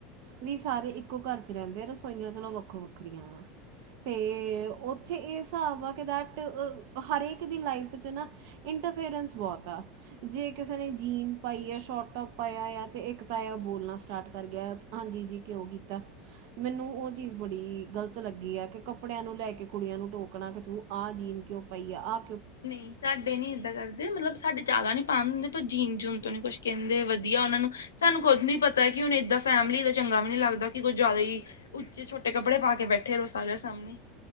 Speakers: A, on the right; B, on the left.
A: ਵੀ ਸਾਰੇ ਇੱਕੋ ਘਰ ਚ ਰੈਂਦੇ ਆ ਰਸੋਈਆਂ ਚਲੋ ਵੱਖੋ ਵੱਖਰੀਆਂ ਆ। ਤੇ ਓਥੇ ਏ ਸਾਬ ਆ ਕੇ ਰਟ ਅ ਹਰ ਏਕ ਦੀ ਲਾਈਫ ਚ ਨਾ ਫੇਰੇਂਸ ਬੋਤ ਆ ਜੇ ਕਿਸੇ ਨੇ ਜੀਨ ਪਾਈ ਆ, ਸ਼ੋਰਟ ਟੋਪ ਪਾਇਆ ਆ ਤੇ ਇੱਕ ਤਾਯਾ ਬੋਲਨਾ ਸਟਾਟ ਕਰ ਗਿਆ ਹਾਂਜੀ ਜੀ ਕਿਉਂ ਕੀਤਾ। ਮੈਨੂੰ ਓ ਚੀਜ਼ ਬੜੀ ਗਲਤ ਲੱਗੀ ਆ ਕਿ ਕੱਪੜੇਆਂ ਨੂੰ ਲੈ ਕੇ ਕੁੜੀਆਂ ਨੂੰ ਟੋਕਨਾ ਕਿ ਤੂੰ ਆ ਜੀਨ ਕਿਓਂ ਪਾਈ ਆ ਆ
B: ਨਈ ਸਾਡੇ ਨੀ ਏਦਾਂ ਕਰਦੇ ਮਲਬ ਸਾਡੇ ਜਾਦਾ ਨੀ ਪਾਣ ਦਿੰਦੇ ਪਰ ਜੀਨ ਜੂਨ ਤੋਂ ਨੀ ਕੁਛ ਕੈਂਦੇ ਵਧੀਆ, ਓਨਾਂ ਨੂੰ ਸਾਨੂੰ ਖੁਦ ਨੀ ਪਤਾ ਕਿ ਹੁਨ ਏਦਾਂ ਫੈਮਿਲੀ ਦੇ ਚੰਗਾ ਵੀ ਨੀ ਲੱਗਦਾ ਕਿ ਕੁਝ ਜਾਦਾ ਹੀ ਉੱਚੇ ਛੋਟੇ ਕੱਪੜੇ ਪਾ ਕੇ ਬੈਠੇ ਰਓ ਸਾਰੇਆਂ ਸਾਮਨੇ।